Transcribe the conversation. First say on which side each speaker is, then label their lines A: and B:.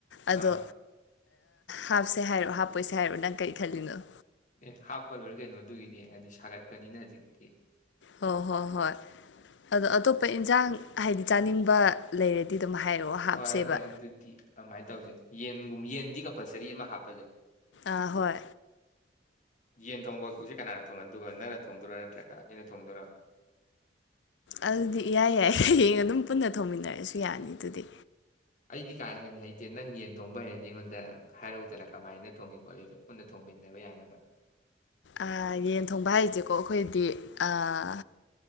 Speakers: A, on the left (about 75°); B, on the left (about 45°).
A: ꯑꯗꯣ
B: ꯑꯥ
A: ꯍꯥꯞꯁꯦ ꯍꯥꯏꯔꯣ ꯍꯥꯞꯄꯣꯏꯁꯦ ꯍꯥꯏꯔꯣ ꯅꯪ ꯀꯔꯤ ꯈꯜꯂꯤꯅꯣ
B: ꯑꯦ ꯍꯥꯄꯄ ꯂꫭꯏꯔꯦ ꯀꯩꯅꫭ ꯑꯗꯨꯒꯤꯗꯤ ꯍꯥꯏꯗꯤ ꯁꯥꯒꯠꯄꯅꯤꯅ ꯍꯧꯖꯤꯛꯇꯤ
A: ꯍꯣ ꯍꯣ ꯍꯣꯏ ꯑꯗꯣ ꯑꯇꯣꯞꯄ ꯏꯟꯖꯥꯡ ꯍꯥꯏꯗꯤ ꯆꯥꯅꯤꯡꯕ ꯂꯩꯔꯗꯤ ꯑꯗꯨꯝ ꯍꯥꯏꯔꯛꯑꯣ ꯍꯥꯞꯁꯦꯕ
B: ꯍꯣꯏ ꯍꯣꯏ ꯑꯗꯨꯗꯤ ꯑꯗꯨꯃꯥꯏ ꯇꯧꯖꯦ ꯌꯦꯟꯒꯨꯝ ꯌꯦꯟꯗꯤ ꯀꯝꯄꯜꯁꯔꯤ ꯑꯃ ꯍꯥꯞꯄꯒꯦ
A: ꯑꯥ ꯍꯣꯏ
B: ꯌꯦꯟ ꯊꯣꯡꯕ ꯀꯅꯥꯅ ꯊꯣꯡꯍꯟ ꯗꯨꯒ ꯅꯪꯅ ꯊꯣꯡꯗꯣꯏꯔꯥ ꯅꯠꯇ꯭ꯔꯒ ꯑꯩꯅ ꯊꯣꯡꯗꯣꯏꯔꯥ
A: ꯑꯗꯨꯗꯤ ꯏꯌꯥ ꯌꯥꯏ ꯍꯌꯦꯡ ꯑꯗꯨꯝ ꯄꯨꯟꯅ ꯊꯧꯃꯤꯟꯅꯔꯦ ꯁꯨ ꯌꯥꯅꯤ ꯑꯗꯨꯗꯤ
B: ꯑꯩꯗꯤ ꯀꯥ ꯍꯦꯟꯅ ꯍꯩꯇꯦ ꯅꯪ ꯌꯦꯟ ꯊꯣꯡꯕ ꯍꯩꯔꯗꯤ ꯑꯩꯉꯣꯟꯗ ꯍꯥꯏꯔꯛꯑꯨꯗꯅ ꯀꯃꯥꯏꯅ ꯊꯣꯡꯉꯦ ꯈꯣꯠꯂꯤꯗꯣ ꯄꯨꯟꯅ ꯊꯣꯡꯃꯤꯟꯅꯕ ꯌꯥꯅꯕ
A: ꯑꯥ ꯌꯦꯟ ꯊꯣꯡꯕ ꯍꯥꯏꯖꯦꯀꯣ ꯑꯩꯈꯣꯏꯗꯤ ꯑꯥ